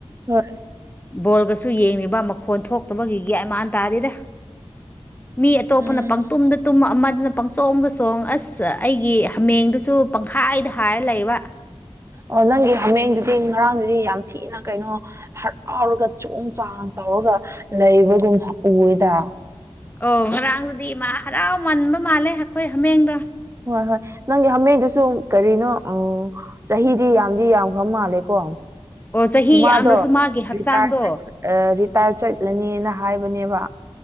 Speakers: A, on the right; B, on the left.
A: ꯍꯣꯏ
B: ꯕꯣꯜꯒꯁꯨ ꯌꯦꯡꯉꯤꯕꯥ ꯃꯈꯣꯟ ꯊꯣꯛꯇꯕꯒꯤ ꯒ꯭ꯌꯥꯟ ꯃꯥꯟ ꯇꯥꯗꯦꯗꯥ ꯃꯤ ꯑꯇꯣꯞꯄꯅ
A: ꯎꯝ
B: ꯄꯪꯇꯨꯝꯗ ꯇꯨꯝꯃ ꯑꯃ ꯑꯃꯅ ꯄꯪꯆꯣꯡꯗ ꯆꯣꯡ ꯑꯁ ꯑꯩꯒꯤ ꯍꯥꯃꯦꯡꯗꯨꯁꯨ ꯄꯪꯍꯥꯏꯗ ꯍꯥꯏꯔ ꯂꯩꯕ
A: ꯑꯣ ꯅꯪꯒꯤ ꯍꯥꯃꯦꯡꯗꯨꯗꯤ ꯉꯔꯥꯡꯗꯨꯗꯤ ꯌꯥꯝ ꯊꯤꯅ ꯀꯩꯅꯣ ꯍꯔꯥꯎꯔꯒ ꯆꯣꯡ ꯆꯥꯡ ꯇꯧꯔꯒ ꯂꯩꯕꯒꯨꯝ ꯎꯌꯦꯗꯥ
B: ꯑꯣ ꯉꯔꯥꯡꯗꯨꯗꯤ ꯃꯥ ꯍꯔꯥꯎꯃꯟꯕ ꯃꯥꯜꯂꯦ ꯑꯈꯣꯏ ꯍꯥꯃꯦꯡꯗꯣ
A: ꯍꯣ ꯍꯣꯏ ꯅꯪꯒꯤ ꯍꯥꯃꯦꯡꯗꯨꯁꯨ ꯀꯔꯤꯅꯣ ꯎꯝ ꯆꯍꯤꯗꯤ ꯌꯥꯝꯗꯤ ꯌꯥꯝꯈ꯭ꯔ ꯃꯥꯜꯂꯦꯀꯣ
B: ꯑꯣ ꯆꯍꯤ
A: ꯃꯥꯗꯣ
B: ꯌꯥꯝꯅꯁꯨ ꯃꯥꯒꯤ ꯍꯛꯆꯥꯡꯗꯣ
A: ꯔꯤꯇꯥꯔ ꯆꯠ ꯑ ꯔꯤꯇꯥꯔ ꯆꯠꯂꯅꯦꯅꯥ ꯍꯥꯏꯕꯅꯦꯕꯥ